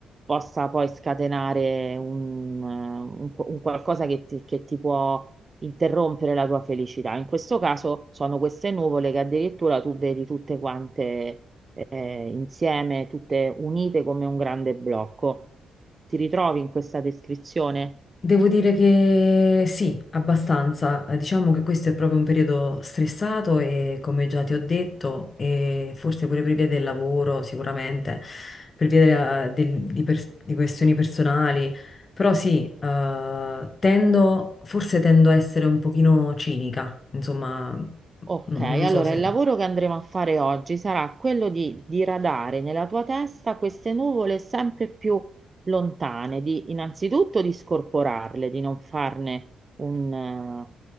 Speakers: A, on the right; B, on the left.
A: possa poi scatenare un, eh, un qu- un qualcosa che ti, che ti può interrompere la tua felicità. In questo caso sono queste nuvole che addirittura tu vedi tutte quante eh, insieme, tutte unite come un grande blocco. Ti ritrovi in questa descrizione?
B: Devo dire che sì, abbastanza. Eh, Diciamo che questo è proprio un periodo stressato e come già ti ho detto, e forse pure per via del lavoro, sicuramente, per via della- del- di, pers- di questioni personali. Però sì, eh, tendo, forse tendo a essere un pochino cinica, insomma, mm,
A: Ok,
B: non
A: allora
B: so se...
A: il lavoro che andremo a fare oggi sarà quello di diradare nella tua testa queste nuvole sempre più lontane, di innanzitutto di scorporarle, di non farne un, eh,